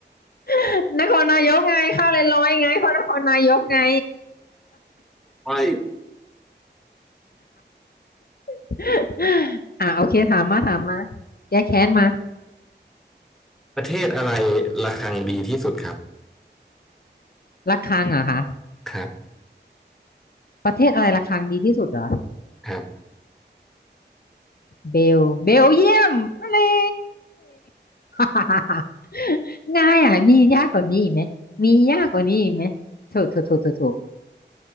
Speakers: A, on the left (about 55°); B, in the centre.
A: <laughs> นครนายกไงข้าวเลยลอยไงคนนครนายกไง
B: ไม่
A: <laughs> อ่าโอเคถามมาถามมาแก้แค้นมา
B: ประเทศอะไรระฆังดีที่สุดครับ
A: ระฆังเหรอคะ
B: ครับ
A: ประเทศอะไรระฆังดีที่สุดเหรอ
B: ครับ
A: เบลเบลเยี่ยมนี่ <laughs> ง่ายอ่ะมียากกว่านี้อีกไหมมียากกว่านี้อีกไหมถูกถูกถูกถูกถูก